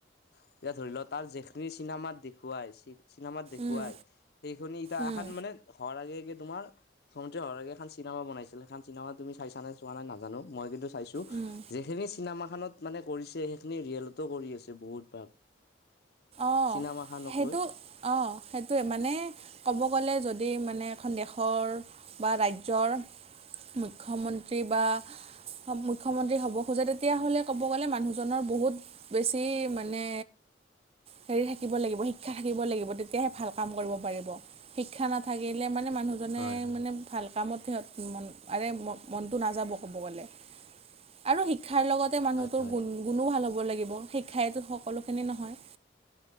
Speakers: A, on the left; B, on the right.
A: এতিয়া ধৰি লোৱা তাৰ জেখনি চিনেমাত দেখুৱাই, চিনেমাত দেখুৱাই
B: উম,
A: সেইখনি ইতয়া
B: উম,
A: এখন মানে হোৱাৰ আগে-আগে তোমাৰ খতে <unintelligible> আগে এখন চিনেমা বনাইছিলে। এ চিনেমা তুমি চাইছা নে চোৱা নাই নাজানোঁ, মই কিন্তু চাইছোঁ।
B: উম,
A: যেখিনি চিনেমা খনত মানে কৰিছে সেইখিনি ৰিয়েলতো কৰি আছে বহুত ভাগ।
B: অ',
A: চিনেমাখনক
B: সেইটো
A: লৈ
B: অ', সেইটোৱে মানে ক'ব গ'লে যদি মানে এখন দেশৰ বা ৰাজ্যৰ মুখ্যমন্ত্ৰী বা মুখ্যমন্ত্ৰী হ'ব খোজে তেতিয়াহ'লে ক'ব গ'লে মানুহজনৰ বহুত বেছি মানে হেৰি থাকিব লাগিব, শিক্ষা থাকিব লাগিব। তেতিয়াহে ভাল কাম কৰিব পাৰিব শিক্ষা নাথাকিলে মানে মানুহ মানে-মানে
A: হয় হয়
B: ভাল কামত আৰে‌ মনটো নাযাব কব গ'লে। আৰু শিক্ষাৰ লগতে মানুহটোৰ
A: হয় হয়
B: গুণ গুণো ভাল হ'ব লাগিব, শিক্ষাইটো সকলোখিনি নহয়।